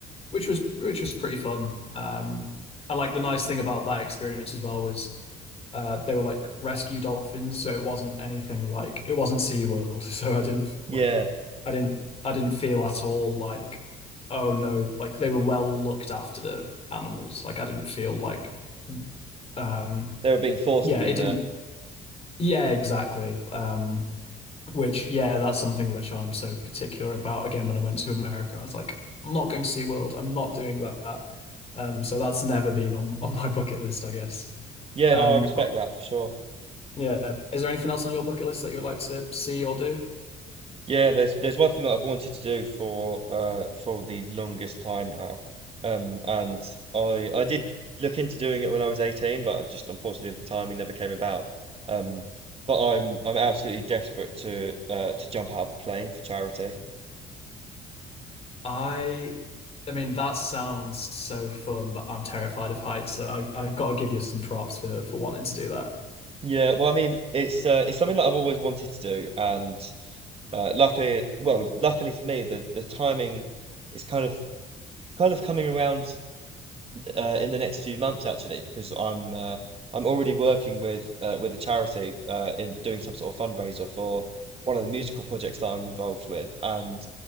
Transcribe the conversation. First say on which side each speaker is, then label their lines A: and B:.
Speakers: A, on the left; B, on the right.
A: which was which was pretty fun. Um, and like the nice thing about that experience as well was uh, they were like rescue dolphins, so it wasn't anything like it wasn't SeaWorld, <laughs> so I didn't f- like
B: Yeah,
A: I didn't I didn't feel at all like oh no, like they were well looked after animals. Like I didn't feel like. Um,
B: they were being forced
A: yeah,
B: to be
A: it
B: there.
A: didn't. Yeah, exactly. Um, which, yeah, that's something which I'm so particular about. Again, when I went to America, I was like, I'm not going to SeaWorld. I'm not doing that. Um, so that's never been on on my bucket list, I guess.
B: Yeah,
A: Um,
B: no, I respect
A: but
B: that for sure.
A: yeah, is there anything else on your bucket list that you would like to see or do?
B: Yeah, there's there's one thing that I've wanted to do for uh for the longest time now. Um and I I did look into doing it when I was 18, but I just unfortunately the timing never came about. Um but I'm I'm absolutely desperate to uh to jump out of a plane for charity.
A: I, I mean, that sounds so fun, but I'm terrified of heights, so I I got to give you some props for for wanting to do that.
B: Yeah, well I mean it's uh it's something that I've always wanted to do and uh luckily well luckily for me the the timing is kind of kind of coming around uh, in the next few months actually because I'm uh, I'm already working with uh, with a charity uh, in doing some sort of fundraiser for one of the musical projects that I'm involved with, and